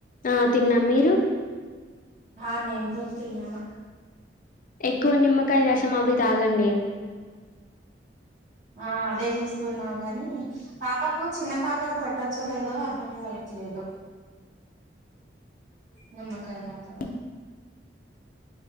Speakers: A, on the left; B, on the right.
A: ఆ తిన్నాం మీరు
B: ఆ నేన్ కూడా తిన్నాను
A: ఎక్కువ నిమ్మకాయ
B: ఉ
A: రసం అవి తాగండి
B: ఆ అదే చూస్తున్నావు కాని పాపకు చిన్న పాపకు పెట్టచ్చో లేదో అర్ధం కా లేదు నిమ్మకాయ వాటర్
A: -